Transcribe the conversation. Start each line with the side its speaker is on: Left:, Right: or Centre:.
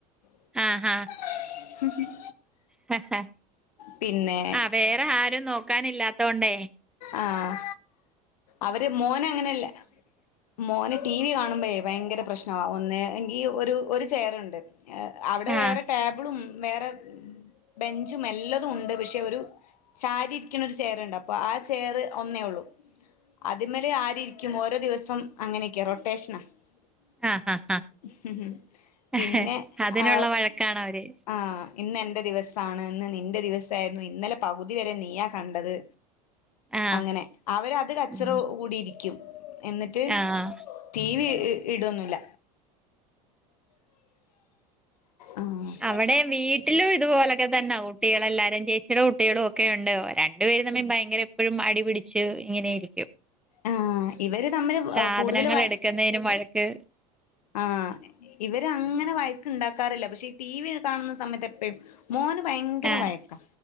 Left: <unintelligible>
Centre: ആഹാ ഹേ ഹേ
Left: പിന്നെ
Centre: വേറെ ആരും നോക്കാനില്ലാത്തോണ്ടേ
Left: ആഹ് അവര് മോന് അങ്ങനെയല്ല മോന് ടി വി കാണുമ്പയ് ഭയങ്കര പ്രശ്നവാ ഒന്ന് എങ്കിൽ ഒരു ഒരു ചെയറുണ്ട് ഹേ അവിടെ
Centre: ആഹ്
Left: വേറെ ടേബിളും വേറെ ബെഞ്ചും എല്ലതും ഉണ്ട് പക്ഷേ ഒരു ചാരി ഇരിക്ക്‌ണ ഒരു ചെയറുണ്ട് അപ്പോ ആ ചേയറ് ഒന്നേ ഒള്ളൂ അതിമേൽ ആര് ഇരിക്കും ഓരോ ദിവസം അങ്ങനെയൊക്കെ റൊട്ടേഷനാ <unintelligible>
Centre: ആഹ് ആഹ് ആഹ്
Left: പിന്നെ
Centre: അതിനുള്ള
Left: ആഹ്
Centre: വഴക്കാണ് അവര്
Left: ആഹ് ഇന്ന് എന്റെ ദിവസാണ് ഇന്ന് നിന്റെ ദിവസയിരുന്നു ഇന്നലെ പകുതി വരെ നീയാ കണ്ടത്
Centre: ആഹ്
Left: അങ്ങനെ അവര് അത് കച്ചറ
Centre: ഉം
Left: കൂടിയിരിക്കും എന്നിട്ട്
Centre: ആഹ്
Left: ടി വി ഇ ഇടൊന്നുല്ല ആഹ്
Centre: അവിടെ വീട്ടിലും ഇതുപോലൊക്കെ തന്നാ കുട്ടികള എല്ലാരും ചേച്ചിയുടെ കുട്ടികളും ഒക്കെ ഉണ്ട് രൻ രണ്ടു പേരും ഭയങ്കര എപ്പോഴും അടിപിടിച്ച് ഇങ്ങനെയിരിക്കും
Left: ആഹ് ഇവര് തമ്മില്
Centre: സാധനങ്ങൾ
Left: കൂടുതല് വ
Centre: എടുക്കുന്നതിനും വഴക്ക്
Left: ആഹ് ഇവര് അങ്ങനെ വയക്ക് ഉണ്ടാക്കാറില്ല പക്ഷേ ഈ ടി വി കാണുന്ന സമയത്ത് എപ്പഴും മോന് ഭയങ്കര
Centre: ആഹ്
Left: വയക്കാ